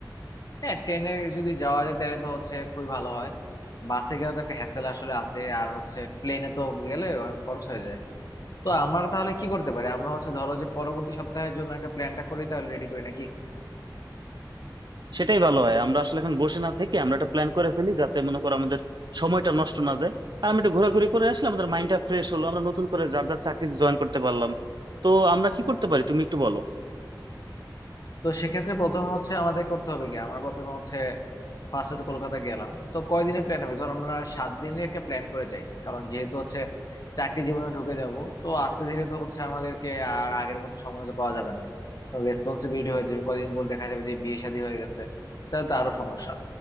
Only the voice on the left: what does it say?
হ্যাঁ ট্রেনে যদি যাওয়া যায় তাহলে তো হচ্ছে খুবই ভালো হয় বাসে গেলে তো একটা হ্যাসেল আসলে আছে আর হচ্ছে প্লেনে তো গেলে অনেক খরচ হয়ে যায় তো আমরা তাহলে কি করতে পারি আমরা হচ্ছে ধরো যে পরবর্তী সপ্তাহের জন্য একটা প্ল্যানটা করি তাহলে রেডি করি নাকি
তো সেক্ষেত্রে প্রথমে হচ্ছে আমাদের করতে হবে কি আমরা প্রথমে হচ্ছে ফার্স্টে তো কলকাতা গেলাম তো কয়দিনের প্ল্যান হবে ধর আমরা সাত দিনের একটা প্ল্যান করে যাই কারণ যেহেতু হচ্ছে চাকরি জীবনে ঢুকে যাব তো আস্তে ধীরে তো হচ্ছে আমাদেরকে আর আগের মতো সময় তো পাওয়া যাবে না তো রেসপন্সিবিলিটি হয়ে যাবে কয়দিন পর দেখা যাবে যে বিয়ে শাদী হয়ে গেছে তাহলে তো আরো সমস্যা